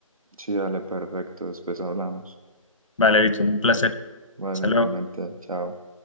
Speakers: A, on the right; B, on the left.
A: Sí, dale, perfecto. Después hablamos.
B: Vale, listo, un placer.
A: Vale,
B: Hasta
A: igualmente.
B: luego.
A: Chao.